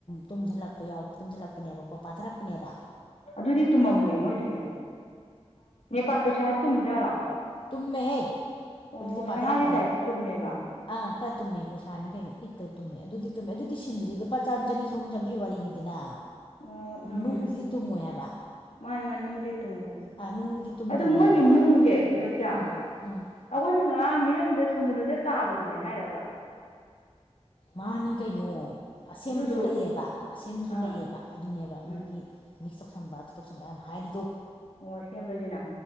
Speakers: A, on the left (about 45°); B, on the left (about 75°).
A: ꯇꯨꯝꯁꯤꯜꯂꯛꯄ ꯌꯥꯎ ꯇꯨꯝꯁꯤꯜꯂꯛꯄꯅꯦꯕꯀꯣ ꯆꯠꯊꯔꯛꯄꯅꯦꯕ
B: ꯑꯗꯨꯗꯤ ꯇꯨꯝꯃꯝꯃꯣꯏ ꯃꯣꯏꯗꯨꯗꯤ ꯅꯦꯄꯥꯜ ꯄꯩꯁꯥ ꯇꯨꯝꯖꯥꯔꯣ
A: ꯇꯨꯝꯃꯦ ꯍꯦ
B: ꯑꯣ
A: ꯑꯗꯨꯗꯤ ꯄꯥꯇ꯭ꯔꯄꯅꯤ
B: ꯁꯅꯥꯒꯤ ꯇꯥꯏꯞ ꯇꯨꯝꯃꯦꯕ
A: ꯑꯥ ꯈ ꯇꯨꯝꯃꯦ ꯄꯩꯁꯥꯅꯤ ꯀꯩꯅꯣ ꯏꯠꯇ ꯇꯨꯝꯃꯦ ꯑꯗꯨꯗꯤ ꯇꯨꯝꯃꯦ ꯑꯗꯨꯗꯤ ꯁꯤꯟꯕꯗꯤ ꯂꯨꯄꯥ ꯆꯥꯝ ꯆꯅꯤ ꯆꯍꯨꯝ ꯆꯥꯝꯃꯔꯤ ꯋꯥꯔꯤꯅꯤꯗꯅ
B: ꯑꯣ ꯎꯝ
A: ꯅꯨꯡꯗꯨꯗꯤ ꯇꯨꯝꯃꯣꯏ ꯍꯥꯏꯕ
B: ꯃꯥꯅꯦ ꯃꯥ ꯅꯅꯨꯡꯗꯤ ꯇꯨꯝꯃꯣ
A: ꯑꯥ ꯅꯨꯡꯗꯨꯗꯤ ꯇꯨꯝꯗꯕꯅꯦꯕ
B: ꯑꯗꯨ ꯃꯣꯏꯒꯤ ꯅꯨꯡꯁꯦ ꯑꯗꯨꯁꯤ
A: ꯎꯝ
B: ꯑꯩꯈꯣꯏꯁꯨ
A: ꯎꯝ
B: ꯉꯥ ꯃꯤꯔꯝꯗ ꯁ ꯗꯨꯗ ꯇꯥꯕꯗꯨꯅꯦ ꯍꯥꯏꯔꯕ
A: ꯃꯥꯅꯤ ꯀꯥꯏꯅꯣ ꯑꯁꯦꯝꯕꯁꯨ
B: ꯑꯗꯨꯗꯣ
A: ꯂꯩꯌꯦꯕ ꯑꯁꯦꯝꯕꯁꯨ
B: ꯑꯥ
A: ꯂꯩꯑꯕ ꯑꯗꯨꯅꯦꯕ
B: ꯎꯝ
A: ꯃꯣꯏꯒꯤ ꯃꯤꯁ ꯇꯧꯁꯟ ꯗꯨ ꯇꯧꯁꯕꯌꯥꯝ ꯍꯥꯏꯔꯤꯗꯣ
B: ꯑꯣ ꯁꯦꯝꯕꯁꯤꯅ